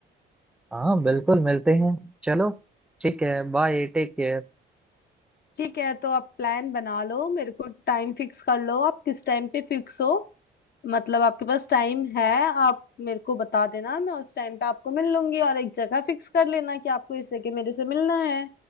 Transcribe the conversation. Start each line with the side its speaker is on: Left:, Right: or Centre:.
Centre: हाँ बिल्कुल मिलते हैं चलो ठीक है bye take care
Left: ठीक है तो आप प्लान बना लो मेरे को टाइम फिक्स कर लो आप किस टाइम पे फिक्स हो मतलब आपके पास टाइम है आप मेरे को बता देना मैं उस टाइम पे आपको मिल लूंगी और एक जगह फिक्स कर लेना कि आपको इस जगह मेरे से मिलना है